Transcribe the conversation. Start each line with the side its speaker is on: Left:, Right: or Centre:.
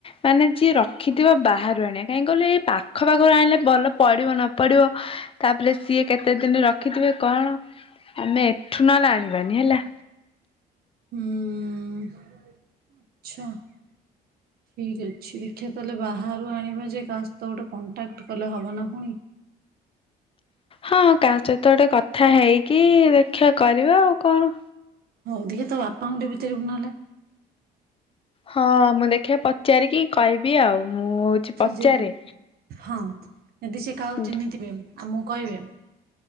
Left: ମାନେ ଯିଏ ରଖିଥିବ ବାହାରୁ ଆଣିବା କାହିଁକି କହିଲ ଏଇ ପାଖ ପାଖରୁ ଆଣିଲେ ଭଲ ପଡିବ ନ ପଡିବ ତାପରେ ସିଏ କେତେ ଦିନ ରଖିଥିବେ କଣ ଆମେ ଏଠୁ ନହେଲେ ଆଣିବାନି ହେଲା।
Right: ହୁଁ <inaudible> ଆଚ୍ଛା ଠିକ ଅଛି, ଦେଖିବା ତାହେଲେ ବାହାରୁ ଆଣିବା ଯେ କା ସତ ଗୋଟେ କଣ୍ଟାକ୍ଟ କଲେ ହବନା ପୁଣି <inaudible>
Left: ହଁ କା ସହିତ ଗୋଟେ କଥା ହେଇକି ଦେଖା କରିବା ଆଉ କଣ
Right: ହୋଉ ଦେଖେ ତ ବାପାଙ୍କୁଠ ବିଚାରିବୁ ନହେଲେ
Left: ହଁ ମୁଁ ଦେଖିବା ପଚାରିକି କହିବି ଆଉ ମୁଁ ହଉଛି ପଚାରେ।
Right: ଯେ ହଁ ଯଦି ସେ କାହା
Left: ହୁଁ
Right: ଚିହ୍ନିଥିବେ ଆଉ ମୁଁ କହିବି